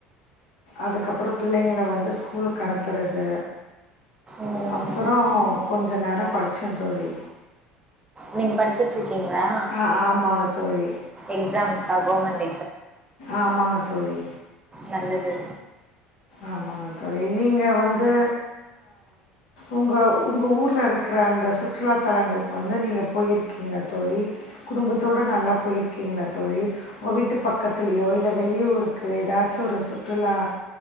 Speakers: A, on the left; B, on the right.
A: அதுக்கப்புறோ பிள்ளைங்கள வந்து ஸ்கூலுக்கு அனுப்புறது
B: ம்.
A: அப்பொறோ கொஞ்ச நேரோ படிச்ச தோழி
B: நீங்க படிச்சிட்டு இருக்கீங்களா
A: ஆ ஆமாங்க தோழி
B: எக்ஸாம்கா கவுமெண்ட்
A: ஆமாங்க தோழி
B: நல்லது
A: ஆமாங்க தோழி. நீங்க வந்து உங்க உங்க ஊருல இருக்குற அந்த சுற்றுலா தலங்களுக்கு வந்து நீங்க போய்ருக்கீங்களா தோழி? குடும்பத்தோடு நல்லா போய்ருக்கீங்களா தோழி? உங்க வீட்டு பக்கத்துலயோ இல்ல வெளிய ஊருக்கு எதாச்சு ஒரு சுற்றுலா